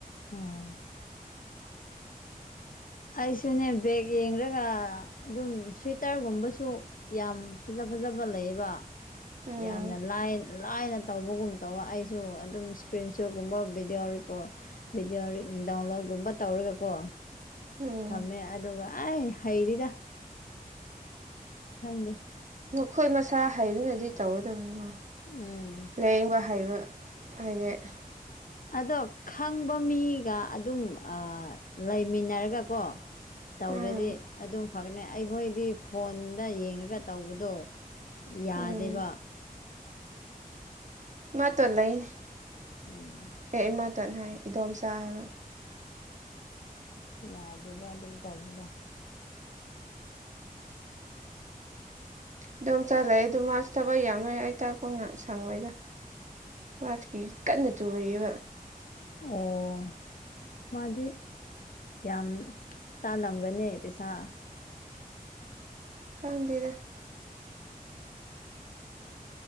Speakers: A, on the left; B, on the right.
A: ꯑꯣ ꯑꯩꯁꯨꯅꯦ ꯕꯦꯦꯛ ꯌꯦꯡꯒ ꯑꯗꯨꯝ ꯁ꯭ꯋꯤꯇꯔꯒꯨꯝꯕꯁꯨ ꯌꯥꯝ ꯐꯖ ꯐꯖꯕ ꯂꯩꯌꯦꯕ
B: ꯎꯝ
A: ꯌꯥꯝꯅ ꯂꯥꯏꯟ ꯂꯥꯏꯅ ꯇꯧꯕꯒꯨꯝ ꯇꯧꯕ ꯑꯩꯁꯨ ꯑꯗꯨꯝ ꯏꯁꯀ꯭ꯔꯤꯟ ꯁꯣꯠꯀꯨꯝꯕ ꯚꯤꯗꯤꯑꯣ ꯦꯀꯣꯔ ꯚꯗꯤꯑꯣ ꯗꯗꯥꯎꯟꯂꯣꯗꯒꯨꯝꯕ ꯇꯧꯔꯒꯀꯣ
B: ꯎꯝ
A: ꯊꯝꯃꯦ ꯑꯗꯨꯒ ꯑꯩ ꯍꯩꯗꯤꯗ ꯈꯪꯗꯦ
B: ꯃꯈꯣꯏ ꯃꯁꯥ ꯍꯩꯕꯅꯗꯤ ꯇꯧꯒꯗꯕꯅꯤꯀꯣ
A: ꯎꯝ
B: ꯂꯥꯏꯌꯦꯡꯕ ꯍꯩꯕ ꯑꯅꯦ <inaudible>
A: ꯑꯗꯣ ꯈꯪꯕ ꯃꯤꯒ ꯑꯗꯨꯝ ꯂꯩꯃꯤꯟꯅꯔꯒ ꯀꯣ ꯇꯧꯔꯗꯤ
B: ꯎꯝ
A: ꯑꯗꯨꯝ ꯐꯒꯠꯅꯤ ꯑꯩꯈꯣꯏꯗꯤ ꯐꯣꯟꯗ ꯌꯦꯡꯉꯒ ꯇꯧꯕꯗꯣ ꯌꯥꯗꯦꯕ
B: ꯎꯝ <unintelligible>
A: ꯎꯝ
B: ꯑꯦ ꯏꯃꯥꯇꯠ ꯍꯥꯏ ꯏꯗꯣꯝꯆꯥ ꯍꯥꯏꯕ
A: ꯌꯥꯗꯦꯕ ꯑꯗꯨ ꯇꯧꯕꯗꯣ
B: ꯑꯗꯨꯝ ꯆꯠꯂꯛꯑꯦ ꯑꯗꯨ ꯃꯥꯁ ꯊꯕꯛ ꯌꯥꯝꯃ ꯑꯩ ꯇꯥꯛꯄ ꯉꯥꯏꯍꯥꯛ ꯁꯪꯉꯣꯏꯗꯈꯤ ꯀꯟꯅ ꯇꯨꯔꯤꯕ
A: ꯑꯣ ꯃꯥꯗꯤ ꯌꯥꯝ ꯇꯥꯂꯝꯒꯅꯤ ꯄꯩꯁꯥ
B: ꯈꯪꯗꯦꯗ